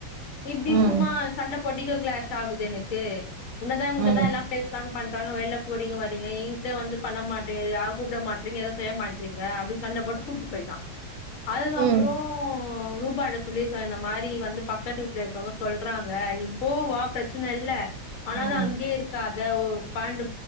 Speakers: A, on the left (about 75°); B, on the right (about 75°).
A: இப்படி
B: ம்
A: சும்மா சண்ட <unintelligible> எனக்கு உன்னதா உங்கிட்டதா
B: ம்
A: எல்லா பேசுறாங்க பண்றாங்க வெளில போறீங்க வரீங்க எங்கிட்ட வந்து பண்ண மாட்டேங்க யார் கூப்பிட மாட் நீங்க எதுவு செய்ய மாட்டறீங்க அப்டி சண்ட போட்டு கூப்டு போயிட்டா அது
B: ம்
A: அப்றோ ரூபாகிட்ட சொல்லிருக்கா இந்த மாரி வந்து பக்கத்து வீட்ல இருக்குறவங்க சொல்றாங்க நீ போவா பிரச்சன இல்ல ஆனாலு
B: ம்
A: அங்கேயே இருக்காத ஒரு பன்னெண்டு